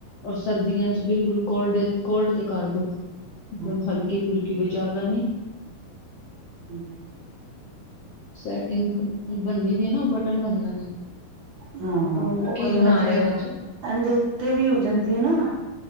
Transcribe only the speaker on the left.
ਔਰ ਸਰਦੀਆਂ ਚ ਬਿਲਕੁਲ ਕੋਲਡ-ਕੋਲਡ ਤੇ ਕਰਦੋ, ਮਤਲਬ
ਹਲਕੀ-ਫੁਲਕੀ ਵੀ ਜ਼ਿਆਦਾ ਨੀ।
ਸੈਟਿੰਗ ਬੰਨੀ ਵੀ ਏ ਨਾ, ਬਟਨ ਬਣਿਆ ਦਾ।
ਹੋਰ
ਕੀ
ਬਣਾ
ਰਹੇ ਹੋ ਅੱਜ